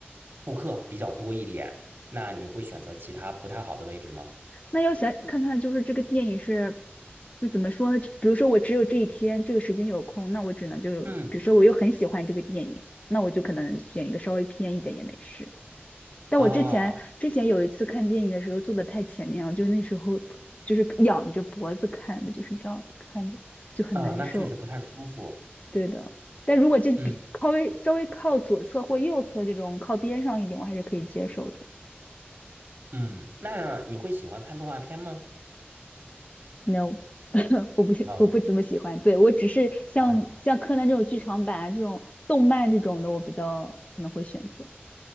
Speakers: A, on the right; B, on the left.
A: 顾客比较多一点，那你会选择其他不太好的位置吗？
B: 那要想看看，就是这个电影是，就怎么说呢？比如说我只有这一天这个时间有空，那我只能就，
A: 嗯，
B: 比如说我又很喜欢这个电影，那我就可能选一个稍微偏一点也没事。但我之前之前有一次看电影的时候坐的太前面了，
A: 啊
B: 就那时候就是仰着脖子看的，就是这样看着就很难受。
A: 啊，那确实不太舒服。
B: 对的，但如果这比稍微稍微靠左侧或右侧这种靠边上一点，
A: 嗯
B: 我还是可以接受的。
A: 嗯，那你会喜欢看动画片吗？
B: No，<laughs> 我不喜我不怎么喜欢。
A: 啊
B: 对，我只是像像柯南这种剧场版啊，
A: 啊
B: 这种动漫这种的，我比较可能会选择。